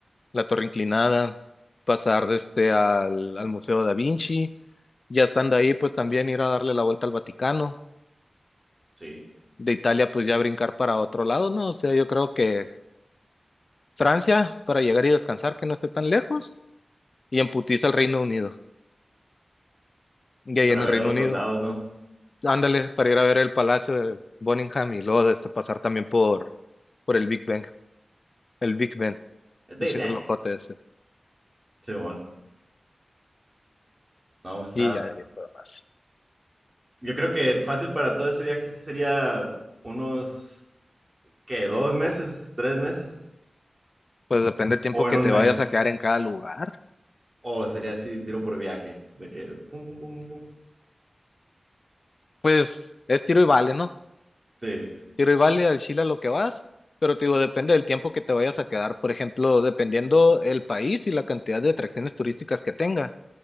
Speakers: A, on the left; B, on the right.
A: la Torre Inclinada, pasar desde al, al Museo Da Vinci, ya estando ahí, pues también ir a darle la vuelta al Vaticano,
B: Sí.
A: de Italia, pues ya brincar para otro lado, ¿no? O sea, yo creo que Francia, para llegar y descansar, que no esté tan lejos, y en putiza al Reino Unido, y ahí
B: Para
A: en
B: ver
A: el Reino
B: a los
A: Unido,
B: soldados, ¿no?
A: ándale, para ir a ver el Palacio de Buckingham y luego este, pasar también por, por el Big Ben, el Big Ben,
B: El Big
A: pinche
B: Bang.
A: relojote ese,
B: Simón, no, o sea,
A: y ya, eh, lo demás.
B: yo creo que fácil para todo ese viaje sí sería unos, ¿qué? ¿Dos meses? ¿Tres meses?
A: Pues depende del tiempo
B: ¿O en
A: que
B: un
A: te
B: mes?
A: vayas a quedar en cada lugar.
B: O sería así, tiro por viaje, de que pum, pum, pum, pum, pum.
A: Pues es tiro y vale, ¿no?
B: Sí,
A: Tiro y vale al Chile a lo que vas, pero te digo, depende del tiempo que te vayas a quedar. Por ejemplo, dependiendo el país y la cantidad de atracciones turísticas que tenga